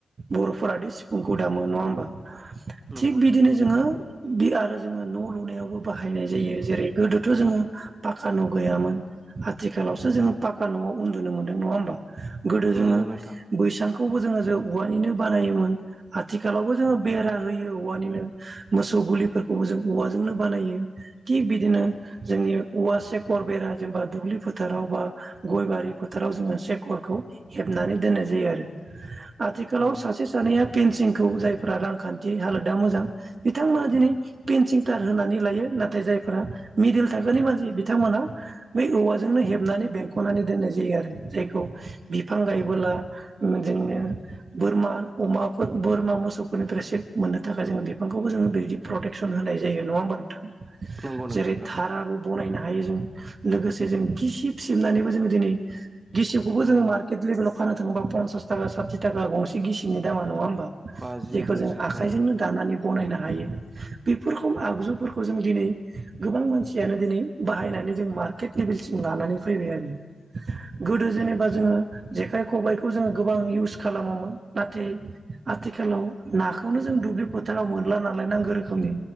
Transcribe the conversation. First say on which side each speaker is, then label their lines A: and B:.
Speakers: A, on the right (about 55°); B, on the right (about 30°).
A: बर'फोरादि सिफुंखौ दामो नंङा होमबा? थिग
B: नंगौ
A: बिदिनो
B: नोंथां
A: जोंङो
B: थारैनो
A: बिराथ जोंङो न' लुनायावबो बाहायनाय जायो जेरै गोदोथ' जोङो पाक्का न' गैयामोन आथिखालावसो जोंङो पाका न'आव उन्दुनो मोनदों नंङा होमबा गोदो जोंङो
B: नंगौ नोंथां
A: बैसां खौबो जोंङो जे औवानिनो बानायोमोन आथिखालावबो जोंङो बेरा होयो औवानिनो। मोसौ गुलिफोरखौबो जों औवाजोंनो बानायो थिग बिदिनो जोंनि औवा सेकर बेराद जेनेबा दुब्लि फोथाराव बा गय बारि फोथाराव जोंङो सेकरखौ हेबनानै दोननाय जायो आरो।
B: <inaudible>
A: आथिखालाव
B: औ
A: सासे सानैया पेन्सिंखौ जायफ्रा रांखान्थि हालोदा मोजां बिथांमोना दिनै पेन्सिं थार होनानै लायो नाथाय जायफोरा मिडिल थाखोनि मानसि बिथांमोना बै औवाजोंनो हेबनानै बेंख'नानै दोननाय जायो आरो जायखौ बिफां गायबोला जोंनो बोरमा अमाफोर बोरमा मोसौफोरनिफ्राय सेक मोननो थाखाय जोंङो बिफांखौबो जोंङो बि जि प्रटेकसन होनाय जायो नंङा होमबा नोंथां
B: नंगौ नोंथां
A: जेरै
B: थारैनो
A: थाराबो बनायनो हायो जों लोगोसे जों गिसिब सिबनानैबो जों दिनै गिसिबखौबो जोंङो
B: औ
A: मार्केट लेभेलाव फानो थांबा पनसास थाखा साथि थाखा गंसे गिसिबनि दामा नंङा होमबा
B: बाजि
A: जेखौ
B: द'जि
A: जों आखाइजोंनो
B: औ
A: दानानै बनायनो हायो बेफोरखौ आगजुफोरखौ जों दिनै गोबां मानसियानो दिनै बाहायनानै बिदिनो जों मा केपबिलसिम लानानै फैबाय आरो गोदो जेनेबा जोंङो जेखाइ खबायखौ जों गोबां इउज खालामोन नाथाय आथिखालाव नाखौनो जों दुब्लि फोथाराव मोनला नालाय न नांगौ रोखोमनि